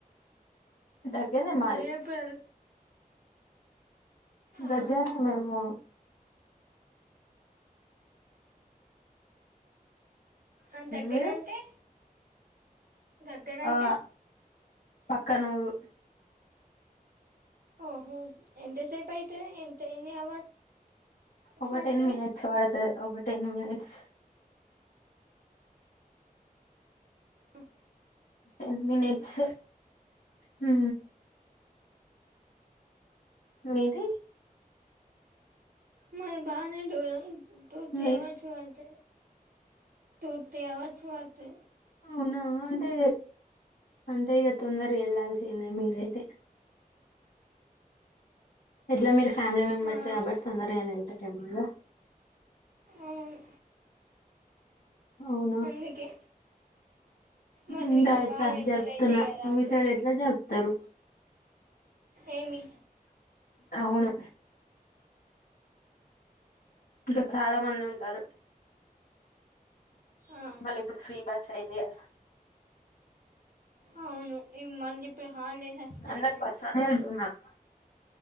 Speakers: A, on the left; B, on the right.
A: దగ్గరనే మాది
B: మీరు ఎప్పుడు ఎల్
A: దగ్గరనే
B: ఆహా
A: మేము
B: అన్ దగ్గరంటే
A: మీరు
B: దగ్గరంటే
A: ఆ పక్కనూరు
B: ఓహో ఎంతసేపు అయితది ఎంత ఎన్ని అవర్స్
A: ఒక
B: పడుతది
A: టెన్ మినిట్స్ పడతది ఒక టెన్ మినిట్స్
B: ఉ
A: టెన్ మినిట్స్ హు మీది
B: మాది బానే దూరం టు త్రీ
A: మీది
B: అవర్స్ పడతది టూ త్రీ అవర్స్ పడతది
A: అవునా అంటే అంటే ఇగ తొందర గా యెళ్లాల్సిందే మీరైతే ఎట్లా మీరు ఫ్యామిలీ మెంబెర్స్
B: ఆ
A: కాబట్టి తొందరగనే వెళ్తారేమో కదా
B: అవును
A: అవునా
B: అందుకే మళ్ళీ
A: ఇంగ
B: ఇంకా
A: అట్లా
B: బాగా ఎండలు
A: జరుపుతున్నా,
B: అయితాయి కదా అప్పుడు
A: మీసైడ్ ఎట్లా జరుపుతారు
B: ఏమి
A: అవును ఇంకా చాలా మంది ఉంటారు
B: ఆ
A: మళ్ళీ ఇప్పుడు ఫ్రీ బస్ సైది గా
B: అవును మళ్ళీ ఇప్పుడు హాలిడేస్ అస్తాన్నాయ్
A: అందరు బస్ లోనే వెళ్తున్నారు